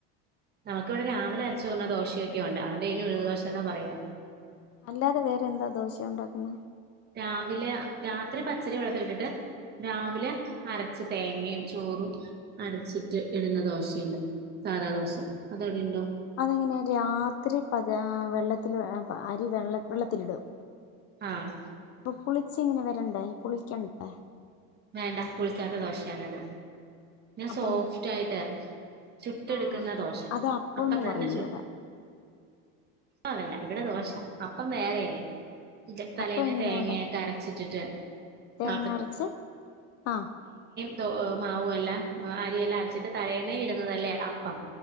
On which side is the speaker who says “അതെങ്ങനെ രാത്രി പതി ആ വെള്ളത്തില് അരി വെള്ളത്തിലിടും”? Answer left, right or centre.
Left